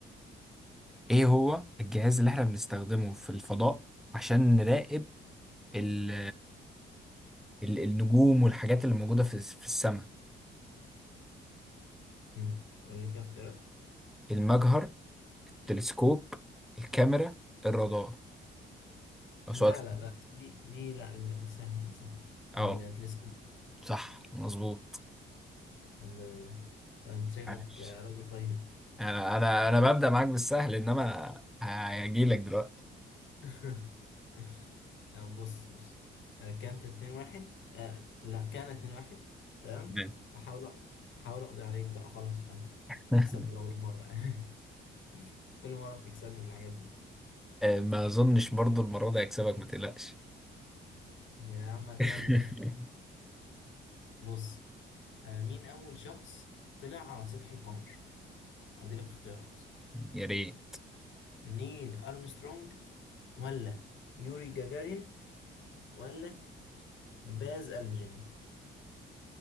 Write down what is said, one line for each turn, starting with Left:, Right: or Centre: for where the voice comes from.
Centre: ايه هو الجهاز اللي احنا بنستخدمه في الفضاء عشان نراقب ال ال النجوم والحاجات اللي موجودة في في السماء
Left: مم. قول لي كده اختيارات
Centre: المجهر التلسكوب الكاميرا الرادار لو سؤال
Left: لا
Centre: سهل.
Left: لا لا دي دي لا لا، دي سهلة دي سهلة التلسكوب
Centre: اه صح مظبوط
Left: الحمد لله طيب انت شكلك
Centre: عاش
Left: آه، راجل طيب
Centre: انا انا انا ببدأ معاك بالسهل انما هجيلك دلوقتي
Left: <laughs> لا، بص بص آه، كانت اتنين واحد آه، لا كانت اتنين واحد تمام
Centre: تمام.
Left: احاول احاول اقضي عليك بقى خلاص عشان
Centre: <laughs>
Left: اكسب ولو مرة <laughs> كل مرة بتكسرني في الحاجات دي
Centre: ما اظنش برضو المرة دي هكسبك ما تقلقش
Left: يا عم أتمنى
Centre: <laughs>
Left: ده <laughs> بص آه، مين أول شخص طلع على سطح القمر؟ أديلك اختيارات
Centre: يا ريت
Left: نيل أرمسترونج ولا يوري جاجارين ولا باز ألدرين